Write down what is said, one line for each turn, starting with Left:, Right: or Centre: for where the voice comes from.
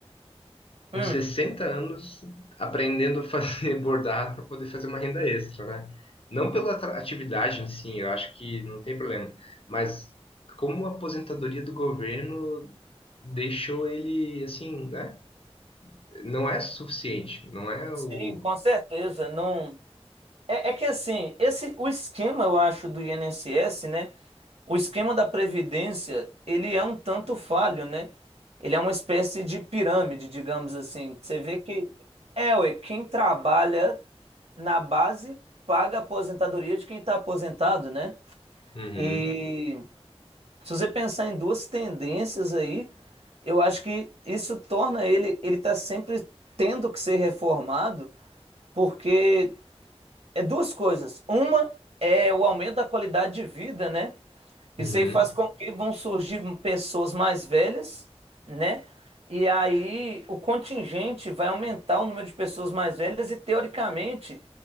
Left: com
Right: Hum.
Left: 60 anos aprendendo a fazer <laughs> bordado para poder fazer uma renda extra, né? Não pela atra- atividade em si, eu acho que não tem problema, mas como a aposentadoria do governo deixou ele assim, né? Não é suficiente, não é
Right: Sim,
Left: o.
Right: com certeza. Não é, é que assim, esse o esquema eu acho do INSS, né? O esquema da previdência, ele é um tanto falho, né? Ele é uma espécie de pirâmide, digamos assim. Você vê que é, ué, quem trabalha na base paga a aposentadoria de quem está aposentado, né?
Left: Uhum,
Right: E se você pensar em duas tendências aí, eu acho que isso torna ele, ele tá sempre tendo que ser reformado, porque é duas coisas. Uma é o aumento da qualidade de vida, né? Isso
Left: uhum,
Right: aí faz com que vão surgir pessoas mais velhas, né? E aí o contingente vai aumentar o número de pessoas mais velhas e, teoricamente,